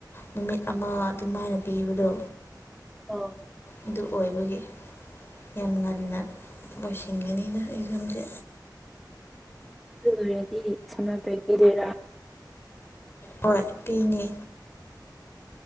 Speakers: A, on the left; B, in the centre.
A: ꯅꯨꯃꯤꯠ ꯑꯃ ꯑꯗꯨꯝꯃꯥꯏꯅ ꯄꯤꯕꯗꯣ
B: ꯑꯣ
A: ꯑꯗꯨ ꯑꯣꯏꯕꯒꯤ ꯌꯥꯝ ꯉꯟꯅ ꯂꯣꯏꯁꯤꯟꯒꯅꯤꯅ ꯑꯦꯛꯖꯥꯝꯖꯦ
B: ꯑꯗꯨ ꯂꯣꯏꯔꯗꯤ ꯁꯝꯃꯔ ꯕ꯭ꯔꯦꯛ ꯄꯤꯗꯣꯏꯔꯥ
A: ꯍꯣꯏ ꯄꯤꯅꯤ